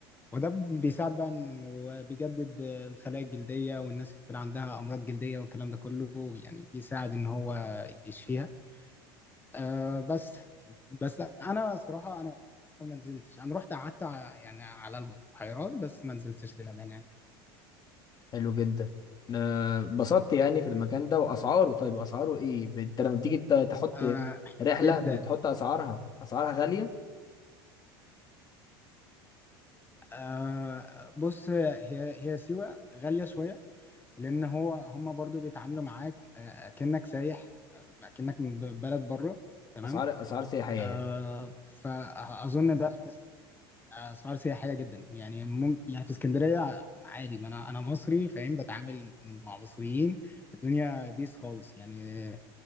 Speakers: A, on the left; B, on the left.
A: وده بيساعد بقى انه بيجدد آه، الخلايا الجلديه والناس اللي عندها امراض جلديه والكلام ده كله يعني بيساعد ان هو يشفيها أه بس بس انا صراحه انا ما نزلتش انا رحت قعدت ع- يعني على البحيرات بس ما نزلتش للامانه يعني.
B: حلو جدا آه، اتبسطت يعني في المكان ده واسعاره طيب اسعاره ايه ب- انت لما بتيجي ت- تحط
A: أه
B: رحله
A: جدا
B: بتحط اسعارها اسعارها غاليه
A: آه بص هي هي هي سيوة غالية شوية لأن هو هم برضو بيتعاملوا معاك آه كأنك سايح آه كأنك من ب- بلد بره تمام
B: اسعار اسعار سياحيه
A: آه
B: يعني
A: فأظن ده آه، أسعار سياحية جدا يعني مم يعني في اسكندرية عادي ما أنا أنا مصري فاهم بتعامل مع مصريين الدنيا بيس خالص يعني آه،